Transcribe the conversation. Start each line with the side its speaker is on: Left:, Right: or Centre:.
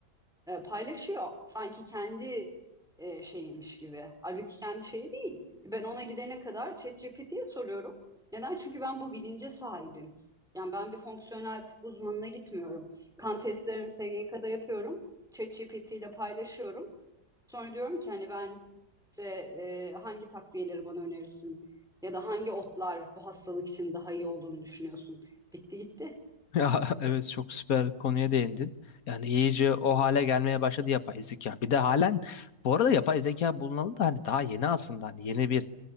Centre: e, paylaşıyor. Sanki kendi e, şeymiş gibi. Halbuki kendi şeyi değil. Ben ona gidene kadar ChatGPT'ye soruyorum. Neden? Çünkü ben bu bilince sahibim. Yani ben bir fonksiyonel tıp uzmanına gitmiyorum. Kan testlerimi SGK'da yapıyorum. ChatGPT ile paylaşıyorum. Sonra diyorum ki hani ben işte e, hangi takviyeleri bana önerirsin? Ya da hangi otlar bu hastalık için daha iyi olduğunu düşünüyorsun? Bitti gitti.
Left: Ya evet çok süper konuya değindin. Yani iyice o hale gelmeye başladı yapay zeka. Bir de halen bu arada yapay zeka bulunalı da hani daha yeni aslında hani yeni bir